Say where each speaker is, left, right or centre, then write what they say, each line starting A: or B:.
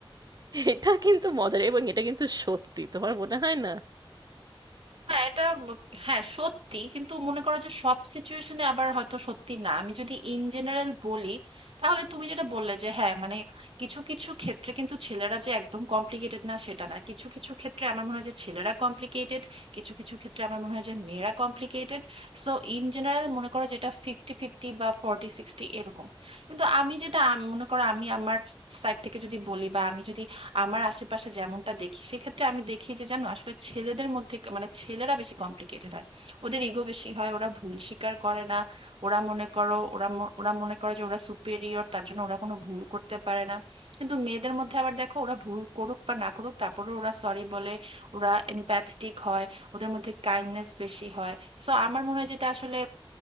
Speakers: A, on the right; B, on the right.
A: এটা কিন্তু মজার এবং এটা কিন্তু সত্যি তোমার মনে হয় না
B: হ্যাঁ এটা ম- হ্যাঁ সত্যি কিন্তু মনে করো যে সব সিচুয়েশনে আবার হয়তো সত্যি না আমি যদি ইন জেনারেল বলি তাহলে তুমি যেটা বললে যে হ্যাঁ মানে কিছু কিছু ক্ষেত্রে কিন্তু ছেলেরা যে একদম কমপ্লিকেটেড না সেটা না কিছু কিছু ক্ষেত্রে আমার মনে হয় যে ছেলেরা কমপ্লিকেটেড কিছু কিছু ক্ষেত্রে আমার মনে হয় যে মেয়েরা কমপ্লিকেটেড সো ইন জেনারেল মনে করো যেটা ফিফটি ফিফটি বা ফর্টি সিক্সটি এরকম কিন্তু আমি যেটা আম- মনে করো আমি আমার সাইড থেকে যদি বলি বা আমি যদি আমার আশেপাশে যেমনটা দেখি সেক্ষেত্রে আমি দেখি যে জানো আসলে ছেলেদের মধ্যে ক- মানে ছেলেরা বেশি কমপ্লিকেটেড হয় ওদের ইগো বেশি হয় ওরা ভুল স্বীকার করে না ওরা মনে করো ওরা ম- ওরা মনে করে যে ওরা সুপেরিয়র তার জন্য ওরা কোনো ভুল করতে পারে না কিন্তু মেয়েদের মধ্যে আবার দেখো ওরা ভুল করুক বা না করুক তারপরে ওরা সরি বলে ওরা এম্প্যাথেটিক হয় ওদের মধ্যে কাইন্ডনেস বেশি হয় সো আমার মনে হয় যেটা আসলে